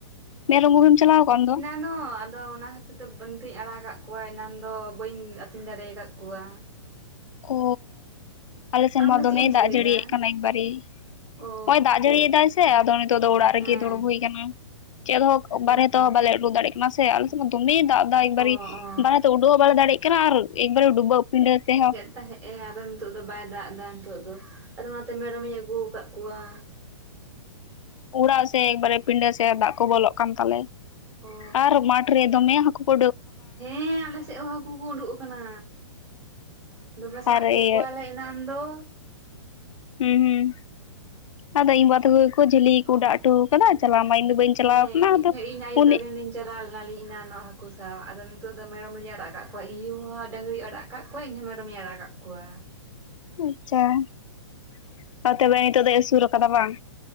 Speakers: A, on the left; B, on the right.
A: ᱢᱮᱨᱚᱢ ᱜᱚᱯᱤᱢ ᱪᱟᱞᱟᱣ ᱟᱠᱟᱱ ᱫᱚ᱾
B: ᱡᱮᱱᱚ ᱟᱫᱚ ᱚᱱᱟ ᱠᱷᱟᱹᱛᱤᱨ ᱛᱮ ᱵᱟᱝ ᱜᱤᱧ ᱟᱲᱟᱜ ᱟᱠᱟᱫ ᱠᱚᱣᱟ ᱮᱱᱟᱱ ᱫᱚ ᱵᱟᱹᱧ ᱟᱹᱛᱤᱧ ᱫᱟᱲᱮ ᱟᱠᱟᱫ ᱠᱚᱣᱟ
A: ᱚ ᱟᱞᱮ ᱥᱮᱱ
B: ᱟᱢ
A: ᱢᱟ
B: ᱫᱚ
A: ᱫᱚᱢᱮᱭ
B: ᱪᱮᱫ ᱮᱢ ᱪᱤᱠᱟᱹᱭᱮᱫᱟ
A: ᱫᱟᱜ ᱡᱟᱹᱲᱤᱭᱮᱫ ᱠᱟᱱᱟ ᱮᱠᱵᱟᱨᱮ
B: ᱚ
A: ᱱᱚᱜ ᱚᱭ ᱫᱟᱜ ᱡᱟᱹᱲᱤᱭᱮᱫᱟᱭ ᱥᱮ ᱟᱫᱚ ᱱᱤᱛᱚᱜ ᱫᱚ ᱚᱲᱟᱜ
B: ᱦᱮᱸ
A: ᱨᱮᱜᱮ ᱫᱩᱲᱩᱵ ᱦᱩᱭ ᱟᱠᱟᱱᱟ ᱪᱮᱫ ᱦᱚᱸ
B: ᱦᱮᱸᱛᱚ
A: ᱵᱟᱨᱦᱮ ᱛᱮᱦᱚᱸ ᱵᱟᱞᱮ ᱩᱰᱩ ᱫᱟᱲᱮᱭᱟᱜ ᱠᱟᱱᱟ ᱥᱮ ᱫᱚᱢᱮᱭ ᱫᱟᱜ ᱮᱫᱟ ᱮᱠᱵᱟᱨᱮ
B: ᱚ ᱚ
A: ᱵᱟᱨᱦᱮ ᱛᱮ ᱩᱰᱟᱹᱜ ᱦᱚᱸ ᱵᱟᱞᱮ ᱫᱟᱲᱮᱜ ᱠᱟᱱᱟ ᱟᱨ ᱮᱠᱵᱟᱨᱮ ᱰᱩᱵᱟᱹᱜ ᱯᱩᱱᱰᱟ ᱛᱮ ᱦᱚᱸ
B: ᱛᱟᱦᱮᱸᱜᱼ ᱮ ᱟᱫᱚ ᱱᱤᱛᱚᱜ ᱫᱚ ᱵᱟᱭ ᱫᱟᱜ ᱮᱫᱟ ᱱᱤᱛᱚᱜ ᱫᱚ ᱟᱫᱚ ᱚᱱᱟᱛᱮ ᱢᱮᱨᱚᱢᱤᱧ ᱟᱹᱜᱩ ᱟᱠᱟᱫ ᱠᱚᱣᱟ᱾
A: ᱚᱲᱟᱜ ᱥᱮ ᱮᱠᱵᱟᱨᱮ ᱯᱤᱸᱰᱟᱹ ᱥᱮ ᱫᱟᱜ ᱠᱚ ᱵᱚᱞᱚᱜ ᱠᱟᱱ ᱛᱟᱞᱮ
B: ᱚ
A: ᱟᱨ ᱢᱟᱴᱷ ᱨᱮ ᱫᱚᱢᱮ ᱦᱟᱠᱩ <unintelligible>
B: ᱦᱮᱸ ᱟᱞᱮ ᱥᱮᱫ ᱦᱚᱸ ᱦᱟᱹᱠᱩ ᱠᱚ ᱩᱰᱩᱠ ᱟᱠᱟᱱᱟ ᱫᱚᱢᱮ ᱥᱟᱵ
A: ᱟᱨ
B: ᱠᱮᱫ
A: ᱤᱭᱟᱹ
B: ᱠᱚᱣᱟᱞᱮ ᱮᱱᱟᱱ ᱫᱚ
A: ᱦᱩᱸ ᱦᱩᱸ ᱟᱫᱚ ᱤᱧ ᱵᱟ ᱡᱷᱟᱹᱞᱤ ᱠᱚ
B: ᱚ
A: ᱚᱰᱟᱣ ᱦᱚᱴᱚ ᱟᱠᱟᱫᱟ ᱪᱟᱞᱟᱣ ᱢᱟ ᱤᱧ ᱫᱚ ᱵᱟᱹᱧ ᱪᱟᱞᱟᱣ
B: ᱦᱮᱸ
A: ᱟᱠᱟᱱᱟ
B: ᱤᱧᱦᱚᱸ
A: ᱟᱫᱚ
B: ᱤᱧ ᱟᱭᱳ
A: ᱩᱱᱤ
B: ᱛᱟᱞᱤᱧ ᱞᱤᱧ ᱪᱟᱞᱟᱣ ᱞᱮᱱᱟᱞᱤᱧ ᱮᱱᱟ ᱱᱚᱜ ᱦᱟᱠᱩ ᱥᱟᱵ ᱟᱫᱚ ᱱᱤᱛ ᱫᱚ ᱢᱮᱨᱚᱢ ᱞᱤᱧ ᱟᱲᱟᱜ ᱚᱠᱚᱤᱧᱩ ᱦᱚᱸ ᱰᱟᱝᱨᱤᱤᱭ ᱟᱲᱟᱜ ᱟᱠᱟᱟᱜ ᱠᱚᱣᱟ ᱤᱧᱦᱚᱸ ᱢᱮᱨᱚᱢ ᱤᱧ ᱟᱲᱟᱜ ᱟᱠᱟᱜ ᱠᱚᱣᱟ᱾
A: ᱟᱪᱪᱷᱟ ᱾ᱛᱚᱵᱮ ᱱᱤᱛᱚᱜ ᱫᱚᱭ ᱟᱥᱩᱲ ᱠᱟᱫᱟ ᱵᱟᱝ